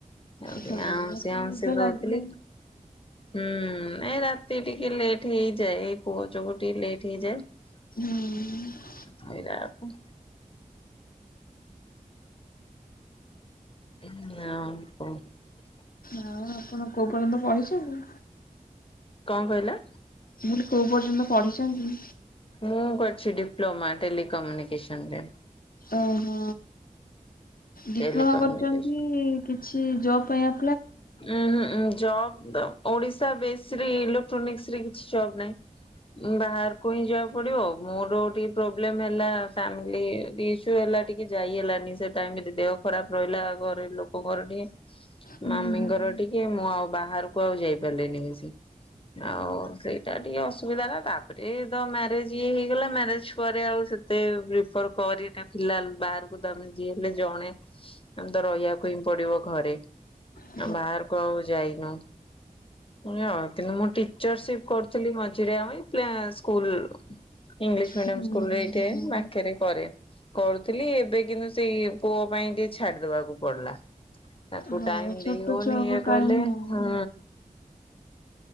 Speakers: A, on the left; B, on the left.
A: ଆ
B: ହଁ
A: ଆଉଁସି
B: ମତେ
A: ଆଉଁସି
B: ନିଦ
A: ଦଉଥିଲି,
B: ଲାଗିଲାଣି।
A: ହୁଁ ଏ ରାତି ଏତେ ଟିକେ ଲେଟ୍ ହେଇଯାଏ ଏଇ ପୁଅ ଯୋଗୁ ଟିକେ ଲେଟ୍ ଠିଜା
B: ହୁଁ
A: ସରିଲା ବେଳକୁ। <unintelligible>
B: ହଁ ଆପଣ କୋଉ ପର୍ଯ୍ୟନ୍ତ ପଢିଛନ୍ତି?
A: କଣ କହିଲା?
B: ମୁଁ କହିଲି କୋଉ ପର୍ଯ୍ୟନ୍ତ ପଢିଛନ୍ତି?
A: ମୁଁ କରିଛି ଡିପ୍ଲୋମା ଟେଲିିକମ୍ୟୁନିକେସନ ରେ।
B: ଓହୋ ଡିପ୍ଲୋମା
A: ଟେଲିକମ୍ୟୁନିକେସନ
B: କରୁଛନ୍ତି କିଛି ଜବ୍ ପାଇଁ ଆ
A: ଉଁ ହଁ ଉଁ ଜବ୍ ଓଡିଶା ବସରେ ଇଲେକ୍ଟ୍ରୋନିକ୍ସରେ କିଛି ଜବ୍ ନାହିଁ। ବାହାରକୁ ହିଁ ଯିବା ପଡିବ ମୋର ଟିକେ ପ୍ରୋମ୍ୱଲେମ୍ ହେଲା ଫାମିଲି ଇସୁ ହେଲା ଟିକେ ଯାଇ ହେଲାନି ସେ ଟାଇମ୍ ରେ ଦେହ ଖରାପ ରହିଲା ଘର ଲୋକଙ୍କର ଟିକେ
B: ହୁଁ
A: ମାମି
B: ହୁଁ।
A: ଘର ଟିକେ ମୁଁ ଆଉ ବାହାରକୁ ଆଉ ଯାଇ ପାରିଲିିନି ବେସି। ଆଉ ସେଇଟା ଟିକେ ଅସୁବିଧା ହେଲା ତାପରେ ତ ମ୍ୟାରେଜ ଇଏ ହେଇଗଲା ମ୍ୟାରେଜ ପରେ ଆଉ ସେତେ ପିଫର କରି ନଥିଲା ବାହାରକୁ ଦ ଯିଏ ହେଲେ ଜଣେ ଦ ରହିବାକୁ ପଡିବ ଘରେ
B: ହ <unintelligible>
A: ବାହାର କୁ ଆଉ ଯାଇନୁ। ଅ ମୁଁ ଟିଚରସିପ କରିଥିଲି ମଝିରେ ଅ ପ୍ଲେ ସ୍କୁଲ। ଇଂଲିଶ ମିଡିୟମ
B: ହୁଁ
A: ସ୍କୁଲ
B: ହୁଁ
A: ରେ ଏଠେ
B: ହୁଁ
A: ପାଖରେ କରେ। କରୁଥିଲି ଏବେ କିନ୍ତୁ ସେଇ ପୁଅ ପାଇଁ ଟିକେ ଛାଡିଦବାକୁ ପଡିଲା। ତାକୁ
B: ହଁ
A: ଟାଇମ
B: ଛୋଟ
A: ଦେଇ ହଉନି
B: ଛୁଆଙ୍କ
A: ଇଏ
B: ଟାଇମ୍
A: କହିଲେ
B: ହଁ।
A: ହୁଁ।